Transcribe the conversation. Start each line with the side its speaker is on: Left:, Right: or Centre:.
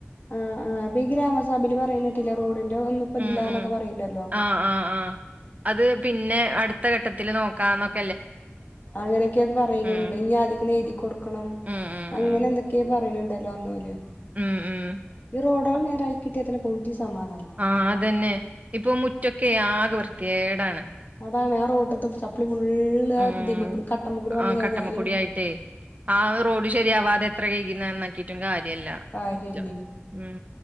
Left: ആഹ് ആഹ് ഈ ഗ്രാമഭയിൽ പറിന്നേട്ടില്ലേ റോഡിന്റെ ഒന്നും ഇപ്പം
Right: ഉം
Left: ഇല്ലന്നൊക്കെ
Right: ഉം
Left: പറയ്ണ്ടല്ലോ
Right: ആഹ് ആഹ് ആഹ് അത് പിന്നെ അടുത്ത ഘട്ടത്തിൽ നോക്കാന്നൊക്കെ
Left: അങ്ങനെയൊക്കെ അത് പറയുന്നുണ്ട്
Right: ഉം
Left: ഇനി ആദ്യക്കെന്ന് എഴുതി കൊടുക്കണം
Right: ഉം ഉം
Left: അങ്ങനെ
Right: ഉം
Left: എന്തൊ ഒക്കെ പറയുന്നുണ്ടല്ലോ അന്നോല്
Right: ഉം ഉം
Left: റോഡാള് നേരായി കിട്ടിയാതന്നെ പകുതി സമാധാനാ
Right: ആഹ് അതെന്നെ ഇപ്പൊ മുറ്റൊക്കെ ആകെ വൃത്തിയേടാണ്
Left: അതാണ് ആ റോട്ടത്തെ ചപ്പളി ഫുള്ള്
Right: ഉം
Left: ആതിമ കട്ടമ്മക്കൂടി വന്ന് കഴിഞ്ഞാല്
Right: കട്ടമ്മക്കൂടി ആയിട്ടേ ആഹ് റോഡ് ശരിയാവാതെ എത്ര കഴുക്കിനന്നാക്കിട്ടും കാര്യല്ല
Left: കാര്യല്ലേ
Right: മുറ്റം ഉം